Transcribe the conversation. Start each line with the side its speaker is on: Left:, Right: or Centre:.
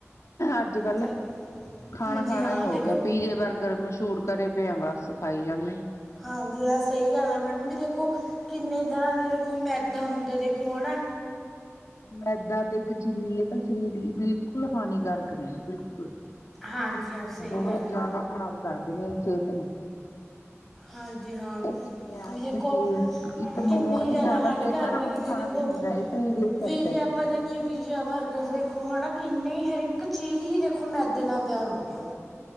Left: ਅੱਜ-ਕੱਲ
Centre: ਤੇ-
Left: ਖਾਣਾ,
Centre: ਹਮ, ਜੀ
Left: ਖਾਣਾ
Centre: ਹਾਂ
Left: ਹੀ ਹੋਗਿਆ।
Centre: ਦੇਖੋ
Left: ਪੀਜੇ, ਬਰਗਰ ਮਸ਼ਹੂਰ ਕਰੇ ਪਏ ਆਂ, ਬਸ ਖਾਈ ਜਾਂਨੇ ਆਂ।
Centre: ਹਾਂਜੀ, ਹਾਂ ਸਹੀ ਗੱਲ ਆ ਮੈਡਮ ਵੀ ਦੇਖੋ, ਕਿੰਨੇ ਤਰ੍ਹਾਂ ਦੇ ਦੇਖੋ ਮੈਦਾ ਹੁੰਦਾ, ਦੇਖੋ ਹਣਾ
Left: ਮੈਦਾ ਤੇ ਇੱਕ ਚੀਨੀ ਇਹ ਤਾਂ ਸਰੀਰ ਲਈ, ਬਿਲਕੁਲ ਹਾਨੀਕਾਰਕ ਨੇ, ਬਿਲਕੁਲ।
Centre: ਹਾਂਜੀ ਹਾਂ ਸਹੀ
Left: ਬਹੁਤ
Centre: ਗੱਲ ਹੈ
Left: ਜ਼ਿਆਦਾ ਖ਼ਰਾਬ ਕਰਦੇ ਨੇ, ਸਿਹਤ ਨੂੰ।
Centre: ਹਾਂਜੀ ਹਾਂ
Left: ਇਹ ਟਿੱਕੀਆਂ,
Centre: ਵੀ
Left: ਇੱਕ
Centre: ਦੇਖੋ
Left: ਚੀਜ਼, ਇੱਕ
Centre: ਕਿੰਨੀ
Left: ਨੂਣ
Centre: ਜ਼ਿਆਦਾ
Left: ਵੀ ਕਰਦਾ
Centre: ਹਾਨੀਕਾਰਕ
Left: ਸੇਧਾਂ
Centre: ਨੇ
Left: ਨਮਕ ਖਾਣਾ
Centre: ਦੇਖੋ
Left: ਚਾਹੀਦਾ ਇਸ ਸਰੀਰ ਈਚ
Centre: ਵੀ
Left: ਘੱਟ
Centre: ਜੇ
Left: ਏ।
Centre: ਆਪਾਂ ਦੇਖੀਏ, ਪੀਜ਼ਾ, ਬਰਗਰ ਵੇਖੋ ਹਣਾ, ਕਿੰਨੀ ਹਰ ਇੱਕ ਚੀਜ਼ ਹੀ ਦੇਖੋ, ਮੈਦੇ ਨਾਲ ਤਿਆਰ ਹੋ ਰਹੀ ਆ।